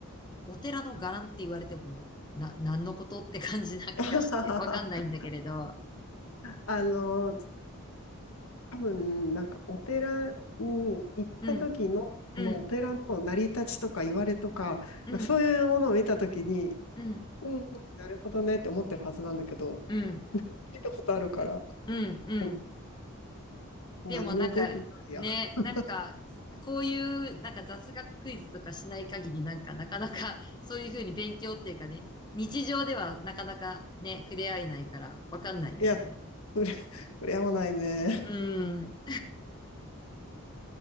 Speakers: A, on the left; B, on the left.
A: お寺の伽藍って言われても、な、何のことって感じな気がして、
B: <laughs>
A: わかんないんだけれど、
B: あの、多分、なんかお寺に行った時の、
A: うん、うん、
B: このお寺の成り立ちとか言われとか、
A: うん、
B: そういうものを見た時に、
A: うん、
B: うんうん、なるほどねって思ってるはずなんだけど、
A: うん、
B: 聞いたことあるから、
A: うん、うん。
B: でも何も覚えてないや。
A: でもなんか、ね、
B: <laughs>
A: なんか、こういう、なんか雑学クイズとかしない限り、なんか、なかなか、そういうふうに勉強っていうかね、日常ではなかなかね、触れ合えないから、わかんないよね。
B: いや、触れ、<laughs> 触れ合わないね。
A: うん。